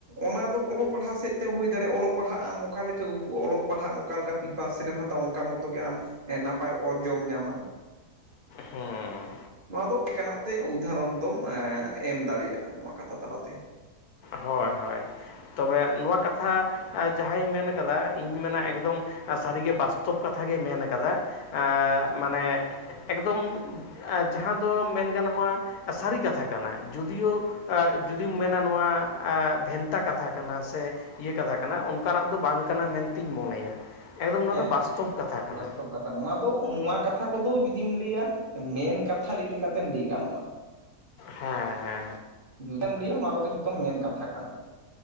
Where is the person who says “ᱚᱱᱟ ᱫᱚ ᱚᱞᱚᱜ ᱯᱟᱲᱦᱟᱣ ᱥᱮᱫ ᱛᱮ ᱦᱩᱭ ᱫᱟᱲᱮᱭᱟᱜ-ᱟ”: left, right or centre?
Right